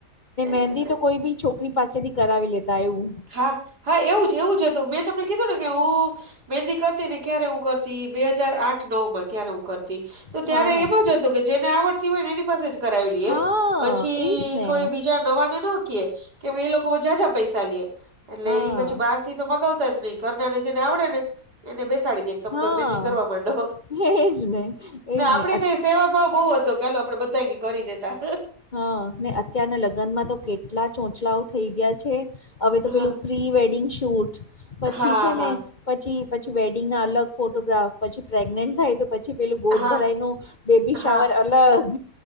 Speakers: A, on the right (about 75°); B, on the left (about 35°).
A: એજ
B: મહેંદી
A: ને
B: તો કોઈ બી છોકરી પાસેથી કરાવી લેતા એવું.
A: હા હા એવું જ એવું જ હતું મેં તમને કીધું ને કે હું મહેંદી કરતી ને ક્યારે હું કરતી બે હાજાર આઠ નવ માં ત્યારે હું કરતી. તો
B: હા
A: ત્યારે
B: હા
A: એમાં જ હતું કે જેને આવડતી હોય ને એની પાસે જ કરાવી લઈએ.
B: હા
A: પછી
B: એજ ને
A: કોઈ બીજા નવાને નો કીએ. કેમ એ લોકો જા જા પૈસા લે એટલે
B: હા
A: એ પછી બારથી તો મગાવતા જ નહીં ઘરના ને જેને આવડે ને એને બેસાડી દે એક તમ
B: હા
A: બેંદી કરવા માંડો
B: એજ ને એજ.
A: ને આપડે
B: ને અત-
A: તો સેવા ભાવ બહવ હતો કેલો આપડે બધા કરી દેતા.
B: હા ને અત્યારના લગ્નમાં તો કેટલા ચોંચલાઓ થઈ ગયા છે હવે તો પેલું
A: હા
B: પ્રી વેડિંગ શૂટ પછી
A: હા
B: છે
A: હા
B: ને પછી પછી વેડિંગ ના અલગ ફોટોગ્રાફ પછી પ્રેગ્નેન્ટ થાય તો પછી પછી પેલું ગોદ
A: હા
B: ભરાય નું બેબી શાવર
A: હા
B: અલગ